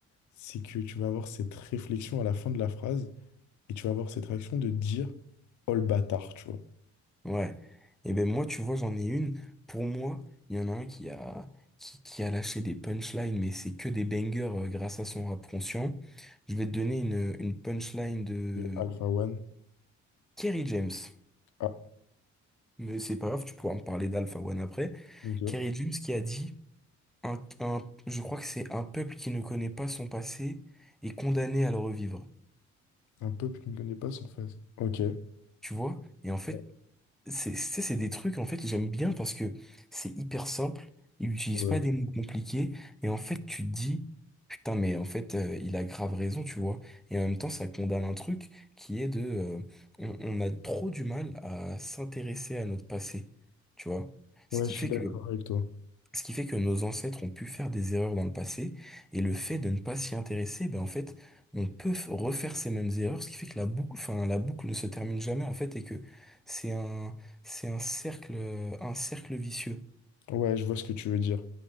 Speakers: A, on the left (about 75°); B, in the centre.
A: c'est que tu vas avoir cette réflexion à la fin de la phrase et tu vas avoir cette réaction de dire Oh le bâtard, tu vois.
B: Ouais. Et ben moi, tu vois, j'en ai une. Pour moi, il y en a un qui a qui, qui a lâché des punchlines, mais c'est que des bangers euh, grâce à son rap conscient. Je vais te donner une une punchline de
A: Et Alpha One.
B: Kerry James.
A: Ah,
B: Mais c'est pas grave, tu pourras me parler d'Alpha One après.
A: ok.
B: Kerry James qui a dit un, un- je crois que c'est un peuple qui ne connaît pas son passé est condamné à le revivre.
A: Un peuple qui ne connaît pas son face. Ok.
B: Tu vois? Et en fait,
A: Ouais,
B: c'est, c'est c'est des trucs, en fait, que j'aime bien parce que c'est hyper simple. Il n'utilise
A: c'est vrai.
B: pas des mots compliqués. Et en fait, tu te dis, putain, mais en fait, euh, il a grave raison, tu vois? Et en même temps, ça condamne un truc qui est de, euh, on, on a trop du mal à s'intéresser à notre passé. Tu vois? Ce
A: Ouais,
B: qui
A: je suis
B: fait
A: d'accord
B: que
A: avec toi.
B: Ce qui fait que nos ancêtres ont pu faire des erreurs dans le passé, et le fait de ne pas s'y intéresser, ben en fait, on peut f- refaire ces mêmes erreurs, ce qui fait que la boucle, enfin, la boucle ne se termine jamais, en fait, et que c'est un, c'est un cercle, un cercle vicieux.
A: Ouais, je vois ce que tu veux dire.